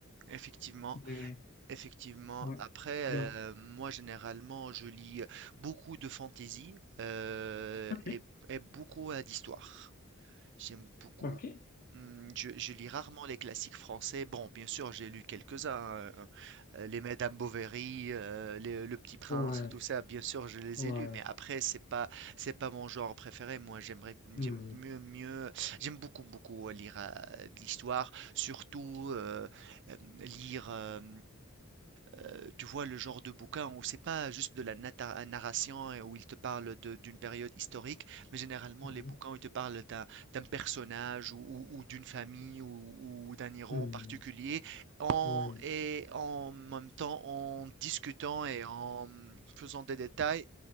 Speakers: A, on the right; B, on the left.
A: effectivement,
B: Mais,
A: effectivement.
B: ouais.
A: Après,
B: Donc,
A: heu, moi généralement, je lis, beaucoup de fantaisie, heu
B: OK.
A: et et beaucoup, heu, d'histoires. J'aime beaucoup.
B: OK.
A: Mmh, je je lis rarement les classiques français. Bon, bien sûr, j'ai lu quelques-uns, heu heu, les Madame Bovary, heu, les Le Petit Prince,
B: Ouais.
A: tout ça, bien sûr, je les
B: Ouais.
A: ai lus, mais après, c'est pas c'est pas mon genre préféré. Moi, j'aimerais
B: Mm.
A: j'aime mieux mieux j'aime beaucoup, beaucoup euh, lire, heu, de l'histoire, surtout, heu, hem, lire, euh, euh, tu vois, le genre de bouquin où c'est pas juste de la nata- narration et où il te parle de- d'une période historique, mais généralement
B: Mhm.
A: les bouquins où il te parle d'un d'un personnage ou, ou- ou d'une famille ou, ou d'un héros
B: Mm.
A: en particulier, en,
B: Oui.
A: et en même temps en discutant et en faisant des détails